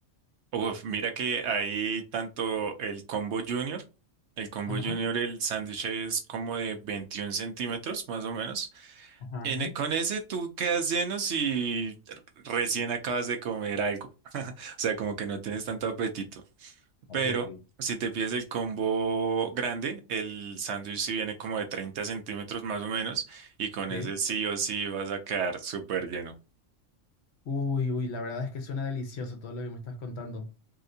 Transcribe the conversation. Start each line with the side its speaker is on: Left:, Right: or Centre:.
Right: Uf, mira que hay tanto el combo junior, el combo
Left: Ajá,
Right: junior, el sándwich es como de 21 centímetros más o menos.
Left: ajá,
Right: En
Left: ajá.
Right: e- con ese tú quedas lleno si recién acabas de comer algo, <laughs> o sea, como que no tienes tanto apetito.
Left: Ok,
Right: Pero
Left: ok.
Right: si te pides el combo grande, el sándwich sí viene como de 30 centímetros más o menos y con
Left: Sí.
Right: ese sí o sí vas a quedar súper lleno.
Left: Uy, uy, la verdad es que suena delicioso todo lo que me estás contando.